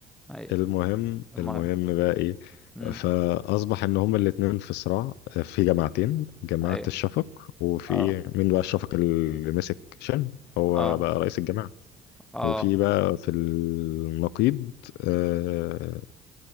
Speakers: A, in the centre; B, on the left.
A: هي
B: المهم
A: المهم
B: المهم بقى ايه
A: امم
B: فاصبح ان هما الاتنين في صراع في جماعتين جماعة
A: ايوه
B: الشفق وفي
A: اه
B: مين بقى الشفق اللي مسك شن هو
A: اه
B: بقى رئيس الجماعة
A: اه
B: وفي بقى في النقيض آه،